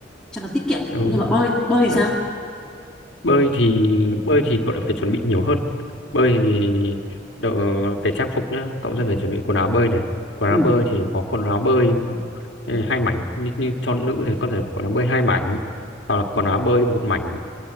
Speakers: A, in the centre; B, on the left.
A: cho nó tiết kiệm.
B: ừ.
A: Nhưng mà bơi, bơi thì
B: ừ.
A: sao?
B: bơi thì bơi thì cậu lại phải chuẩn bị nhiều hơn bơi thì đợ, về trang phục nhá cậu sẽ phải chuẩn bị quần áo bơi này quần
A: Ừ,
B: áo bơi thì có quần áo bơi ừ, hai mảnh như, như cho nữ thì có thể quần áo bơi hai mảnh hoặc là quần áo bơi một mảnh